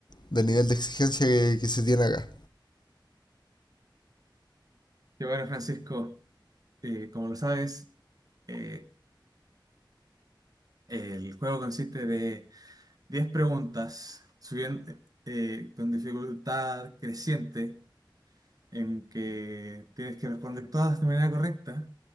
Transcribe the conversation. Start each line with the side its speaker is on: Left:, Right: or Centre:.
Left: del nivel de exigencia que, que se tiene acá.
Right: Y bueno, Francisco, eh, como lo sabes, eh, el juego consiste de 10 preguntas subiendo, eh, eh, con dificultad creciente, en que tienes que responder todas de manera correcta